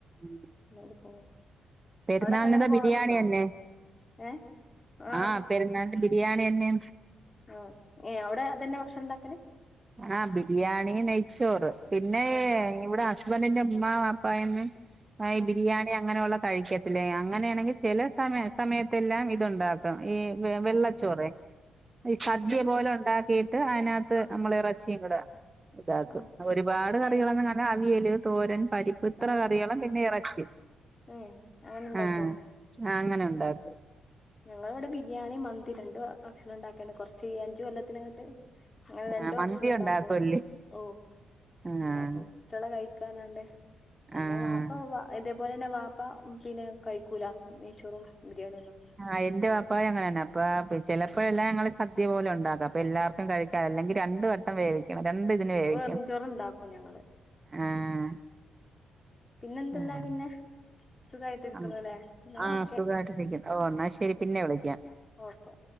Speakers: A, on the right; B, on the left.
A: ഉം
B: <unintelligible>
A: പെരുന്നാളിന്റെ
B: അവിടൊക്കെ അങ്ങനെ പോവലുണ്ടോ
A: ബിരിയാണി തന്നെ
B: ഏ ആ
A: ആഹ് പെരുന്നാളിന്റെ ബിരിയാണിയാന്നെ
B: ആഹ് ഏഹ് അവിടെ അതന്നെ ഭക്ഷണം ഉണ്ടാക്കല്
A: ആഹ് ബിരിയാണി നെയ്ച്ചോറ് പിന്നെ
B: ആ
A: ഇവിടെ ബന്റിന്റെ മ്മ പാപ്പ <unintelligible>
B: ഉം
A: ബിരിയാണി അങ്ങനെയുള്ള കഴിക്കത്തില്ല അങ്ങനെയാണെങ്കിൽ ചില സമയ സമയത്ത് എല്ലാം ഉണ്ടായിരുന്നു ഈ വെള്ളച്ചോറെ
B: ഉം
A: ഈ
B: വെള്ളച്ചോറ്
A: സദ്യ പോലെ ഉണ്ടാക്കിയിട്ട് അതിനകത്ത്
B: ആ
A: നമ്മള് ഇറച്ചി ഒക്കെ ഇടുക ഇതാകും
B: ഏ
A: ഒരുപാട് കറികളൊന്നും
B: ഏ
A: കാണില്ല അവിയല് തോരൻ പരിപ്പ് ഇത്ര
B: ആ
A: കറികളും പിന്നെ ഇറച്ചിയും
B: ഏ അങ്ങനെ ഉണ്ടാക്കോ
A: ആഹ് അങ്ങനെ ഉണ്ടാക്കും
B: ഞങ്ങള് ഇവിടെ ബിരിയാണി മന്തി രണ്ട് ഭക്ഷണം ഉണ്ടാക്കിയണ്ട് കൊറച്ച് അഞ്ചു കൊല്ലത്തി ഇങ്ങോട്ട് അങ്ങനെ രണ്ടു
A: ആഹ്
B: ഭക്ഷണം
A: മന്തി
B: ഉണ്ടാക്കും
A: ഉണ്ടാക്കുംല്ലേ
B: ഓഹ്
A: ആഹ്
B: ഉണ്ടാക്കും കുട്ടികള് കഴിക്കാനണ്ട് പിന്നെ
A: ആഹ്
B: വാപ്പ ഇ അതുപോലെ തന്നെ വാപ്പ പിന്നെ കഴിക്കൂല നെയ്ച്ചോറും ബിരിയാണി ഒന്നും
A: ആഹ് എന്റെ വാപ്പയും അങ്ങന തന്നെ അപ്പ ചിലപ്പോഴെല്ലാം ഞങ്ങള് സദ്യ പോലെ ഉണ്ടാക്കാം അപ്പൊ എല്ലാർക്കും കഴിക്കാ അല്ലെങ്കിൽ രണ്ട് വട്ടം വട്ടം വേവിക്കണം രണ്ടു ഇതിന്
B: അപ്പൊ
A: വേവിക്കണം
B: വെറുംചോറ് ഉണ്ടാക്കും ഞങ്ങള്
A: ആഹ്
B: പിന്നെന്തല്ലാ
A: ആഹ്
B: പിന്നെ സുഖായിട്ട് ഇരിക്കണല്ലേ
A: ആഹ്
B: എന്നാ
A: ആഹ്
B: ഓക്കെ
A: സുഖയിട്ടിരിക്കുന്നു ഓഹ് എന്നാ ശരി പിന്നെ വിളിക്കാം
B: ഓക്കെ